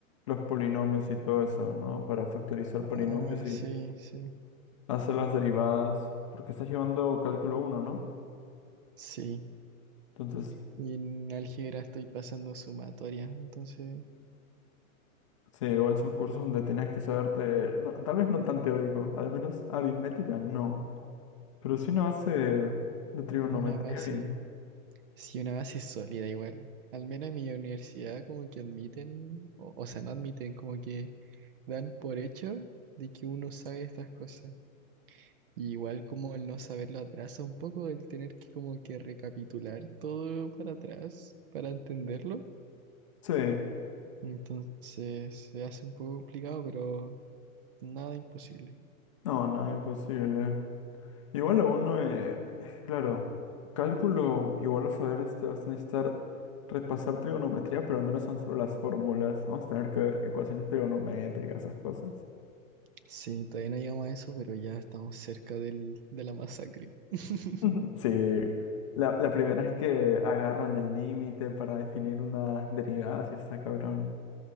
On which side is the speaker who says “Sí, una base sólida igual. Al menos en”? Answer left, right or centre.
Right